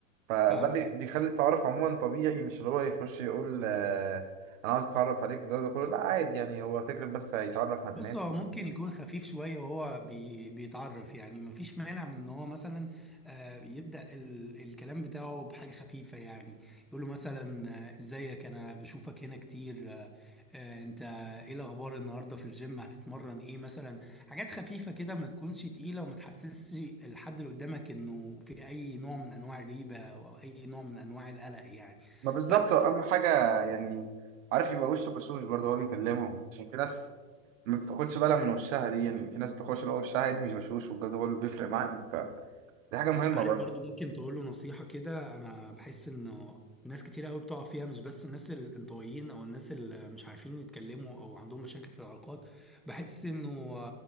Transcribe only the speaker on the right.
فده
بي- بيخلي التعارف عموما طبيعي مش اللي هو يخش يقول آه، انا عايز اتعرف عليك والجو ده كله لا عادي يعني هو فكرة بس هيتعرف على
الناس
ما بالظبط
اهم حاجه يعني عارف يبقى وشه بشوش برضه هو بيكلمهم عشان في ناس ما بتاخدش بالها من وشها دي يعني في ناس بتاخدش اللي هو وشها دي مش بشوش وبجد هو اللي بيفرق معاك فدي حاجه مهمه
برضه